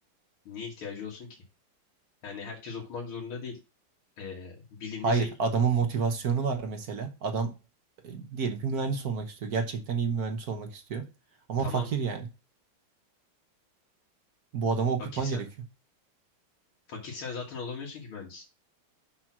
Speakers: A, on the left; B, on the right.
A: Niye ihtiyacı olsun ki? Yani herkes okumak zorunda değil. Ee, bilimi
B: Hayır,
A: zengin.
B: adamın motivasyonu var mesela. Adam e, diyelim ki mühendis olmak istiyor. Gerçekten iyi bir mühendis olmak istiyor. Ama
A: Tamam
B: fakir yani. Bu adamı okutman
A: fakirsen
B: gerekiyor.
A: fakirsen zaten olamıyorsun ki mühendis.